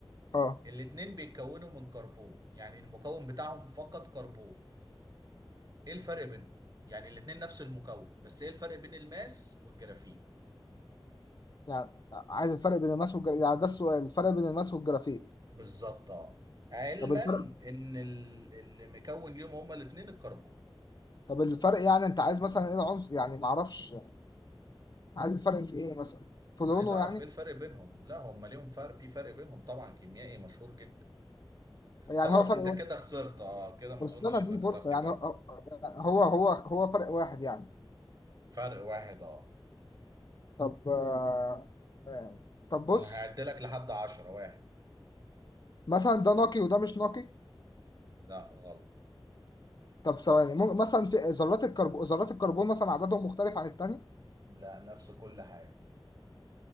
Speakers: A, on the left; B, on the right.
A: اه
B: الاتنين بيتكونوا من كربون يعني المكون بتاعهم فقط كربون ايه الفرق بينهم يعني الاتنين نفس المكون بس ايه الفرق بين الماس والجرافيت
A: يعني عايز الفرق بين الماس والجرافيك يعني ده السؤال الفرق بين الماس والجرافيك
B: بالظبط اه علما
A: طب الفرق
B: ان ال- اللي مكون ليهم هما الاتنين الكربون
A: طب الفرق يعني انت عايز مثلا ايه العنصر يعني معرفش يعني عايز الفرق في ايه مثلا في لونه
B: عايز اعرف
A: يعني
B: ايه الفرق بينهم لا هما ليهم فرق في فرق بينهم طبعا كيميائي مشهور جدا
A: يعني
B: خلاص
A: هو فرق
B: انت
A: واحد
B: كده خسرت اه كده ما
A: طب
B: اظنش
A: استنى اديني
B: انك
A: فرصة
B: هتعرف تجاوب
A: يعني هو هو هو هو فرق واحد يعني
B: فرق واحد اه
A: طب آه آه طب بص
B: انا هعدلك لحد عشرة واحد
A: مثلا ده نقي وده مش نقي
B: لا غلط
A: طب ثواني ممكن مثلا في ذرات الكربون ذرات الكربون مثلا عددهم مختلف عن التاني
B: لا نفس كل حاجة